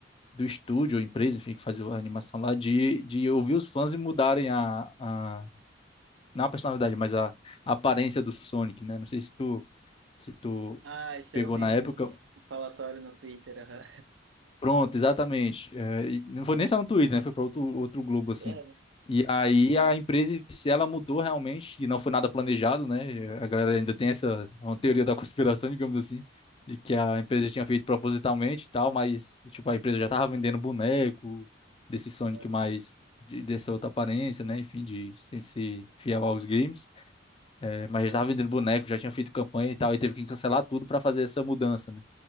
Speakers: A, on the left (about 30°); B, on the right (about 80°).
A: do estúdio, ou empresa, enfim, que faz a animação lá, de, de ouvir os fãs e mudarem a, a, não a personalidade, mas a, a aparência do Sonic, né? Não sei se tu, se tu
B: Ah, isso
A: pegou
B: aí eu vi
A: na
B: um,
A: época,
B: f- um falatório no Twitter. aham.
A: Pronto, exatamente. É, e não foi nem só no Twitter, né? Foi para outro, outro Globo, assim.
B: <laughs> É,
A: E
B: é.
A: aí a empresa, se ela mudou realmente, e não foi nada planejado, né? A galera ainda tem essa uma teoria da <laughs> conspiração, digamos assim, de que a empresa tinha feito propositalmente e tal, mas, tipo, a empresa já tava vendendo boneco desse Sonic
B: Ah,
A: mais,
B: sim.
A: de- dessa outra aparência, né? Enfim, de sem ser fiel aos games. É, mas já tava vendendo boneco, já tinha feito campanha e tal, e teve que cancelar tudo para fazer essa mudança, né?